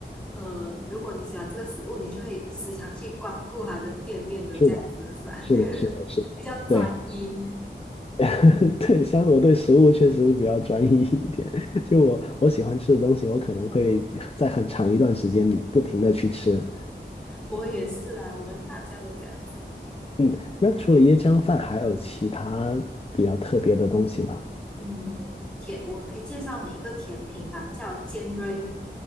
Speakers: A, in the centre; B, on the left (about 30°).
A: 呃，如果你喜欢这个食物，你就会时常去光顾它的店面的这样子是吧？
B: 是的，是的，是的，
A: <laughs>
B: 是的。
A: 比较专一，
B: 对，<laughs> 对，像我对食物确实是比较专一一点。<laughs> 就我我喜欢吃的东西，我可能会在很长一段时间里不停的去吃。
A: 我也是啊，我们大家都这样子。
B: 嗯，那除了椰浆饭，还有其他比较特别的东西吗？
A: 嗯，甜，我可以介绍你一个甜品吧，叫尖锐，